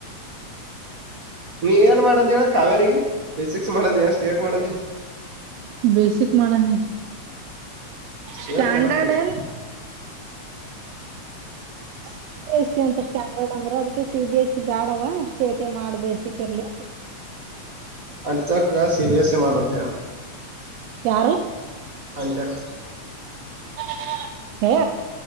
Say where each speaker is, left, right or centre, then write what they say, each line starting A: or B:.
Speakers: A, on the right; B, on the right.
A: ನೀ ಏನ್ ಮಾಡದ ಹೇಳ ಕಾವೇರಿಗೆ ಬೇಸಿಕ್ಸ್ ಮಾಡೋದಿ ಸ್ಟೇಟ್ ಮಾಡ ಅಂದಿ.
B: ಬೇಸಿಕ್ ಮಾಡ ಅಂದಿನಿ.
A: ಸ್ಟೇಟ್
B: ಸ್ಟಾಂಡಡ್.
A: ಮಾಡಕ್ ಬಿಡಪ್ಪ
B: ಸಿ ಬಿ ಎಸ್ ಸಿ ಅಂತ ಸ್ಟ್ಯಾಂಡರ್ಡ್ ಅಂದ್ರ ಅದಕ್ಕೆ ಸಿ ಬಿ ಎಸ್ ಸಿ ಬ್ಯಾಡವ ಸ್ಟೇಟ ಮಾಡ್ ಬೇಸಿಕ್ ಇರ್ಲಿ.
A: ಅಂಜ ಅಕ್ಕಗ ಸಿನಎಷ ಮಾಡ ಅಂತ ಹೇಳ್ಯಾನ.
B: ಯಾರು.
A: ಅಂಜಕ್ಕ.
B: <unintelligible> ಏ